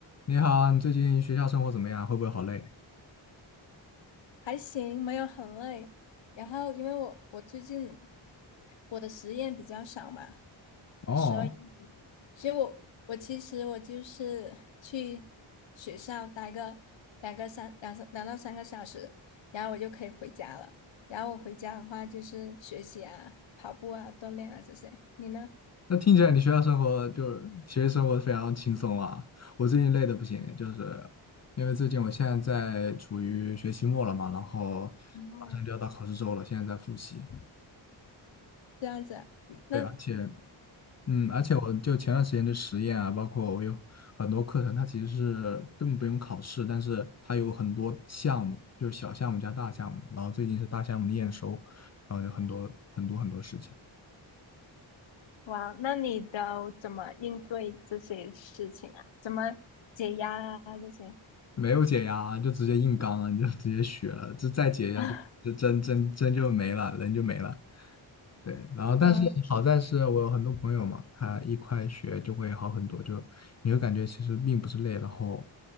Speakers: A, on the left (about 35°); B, on the left (about 65°).
A: 你好啊你最近学校生活怎么样？会不会好累？
B: 还行，没有很累。然后因为我我最近我的实验比较少嘛，
A: 哦，
B: 所以所以我我其实我就是去学校待个两个三两三两到三个小时，然后我就可以回家了。然后我回家的话就是学习啊、跑步啊、锻炼啊这些。你呢？
A: 那听起来你学校生活就是学习生活非常轻松啊。我最近累的不行，就是因为最近我现在在处于学期末了嘛，然后马上就要到考试周了，
B: 哦，
A: 现在在复习。
B: 这样子啊那
A: 对，而且嗯，而且我就前段时间的实验啊，包括我有很多课程，它其实是根本不用考试，但是它有很多项目，就是小项目加大项目，然后最近是大项目的验收，然后就很多很多很多事情。
B: 哇，那你都怎么应对这些事情啊？怎么解压啊？这些？
A: 没有解压啊就直接硬刚了，你就直接学了，这再解压就就真真真就没了，
B: <laughs>
A: 人就没了。对，然后但是好在是我有很多朋友嘛，
B: 嗯
A: 他一块学就会好很多，就你会感觉其实并不是累，然后